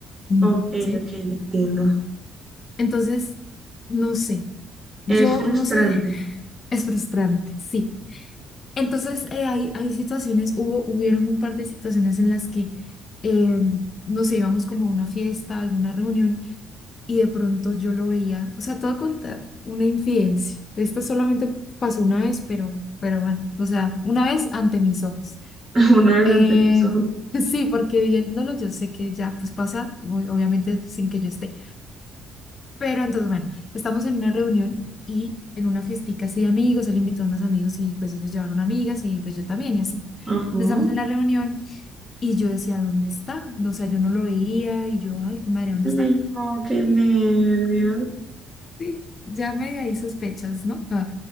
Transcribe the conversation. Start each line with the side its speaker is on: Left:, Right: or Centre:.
Left: mm,
Right: ok,
Left: ¿sí?
Right: ok, entiendo.
Left: Entonces, no sé, yo
Right: Es frustrante.
Left: no sé, Es frustrante, sí. Entonces, eh, hay, hay situaciones, hubo, hubieron un par de situaciones en las que, eh, no sé, íbamos como a una fiesta, a alguna reunión, y de pronto yo lo veía, o sea, te voy a contar una infidencia. Esto solamente pasó una vez, pero, pero bueno, o sea, una vez ante mis ojos.
Right: <laughs> Una vez
Left: Eh,
Right: antes de eso,
Left: <laughs> sí, porque viéndolo yo sé que ya, pues pasa, ob- obviamente sin que yo esté pero entonces, bueno, estamos en una reunión y en una fiestica así de amigos, él invitó a unos amigos y pues ellos llevaron amigas y pues yo también y así.
Right: ajá.
Left: Entonces, Estamos en la reunión y yo decía, ¿dónde está? O sea, yo no lo veía y yo, ay, madre, ¿dónde
Right: Ay,
Left: está?
Right: No, qué nervios.
Left: Sí, ya medio ahí sospechas, ¿no? Ah,